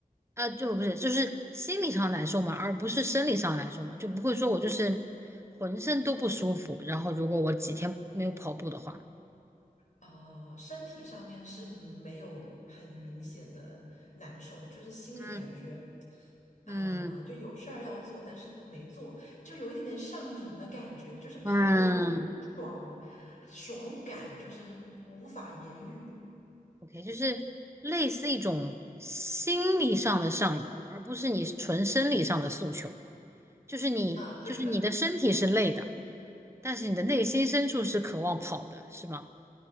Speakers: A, on the right; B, on the left.
A: 啊，就不是，就是心理上难受吗？而不是生理上难受吗？就不会说我就是浑身都不舒服，然后如果我几天没有跑步的话，
B: 啊，身体上面是没有很明显的难受，就是心里感觉
A: 嗯
B: 啊，
A: 嗯
B: 就有事儿要做，但是没做，就有一点点上瘾的感觉，就是跑完以后那个爽爽感就是无法言喻
A: 嗯 OK，就是类似一种心理上的上瘾，而不是你纯生理上的诉求。就是你，
B: 啊，对的。
A: 就是你的身体是累的，但是你的内心深处是渴望跑的，是吗？